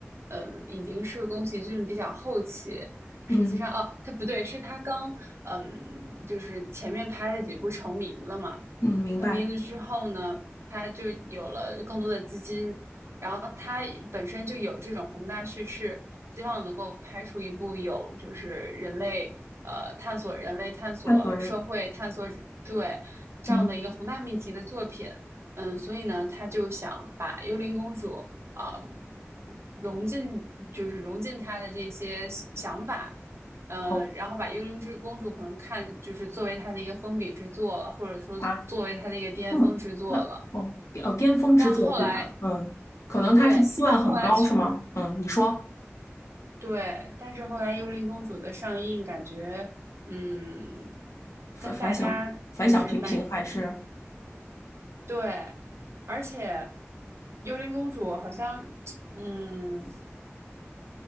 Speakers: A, on the right; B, on the left.
A: 嗯，已经是宫崎骏比较后期。实际上，
B: 嗯
A: 哦，他不对，是他刚嗯，就是前面拍了几部成名了嘛，
B: 嗯，明白。
A: 成名了之后呢，他就有了更多的资金，然后他本身就有这种宏大叙事，希望能够拍出一部有就是人类呃探索人类探索社会探索对这样的一个宏大命题的作品，
B: 探索人，嗯
A: 嗯，所以呢，他就想把幽灵公主啊、融进就是融进他的这些想想法。嗯、
B: 哦
A: 呃然后把《幽灵之公主》可能看就是作为它的一个封笔之作了，或者说作为它的一个巅峰之作了。
B: 啊，那么那哦哦，巅峰之作对吧？
A: 但后来，
B: 嗯，可能他是期望很高是吗？
A: 对，但后来去，
B: 嗯，你说
A: 对，但是后来《幽灵公主》的上映，感觉嗯，
B: 反反响反响平平还是？
A: 跟大家就是反对，而且《幽灵公主》好像嗯，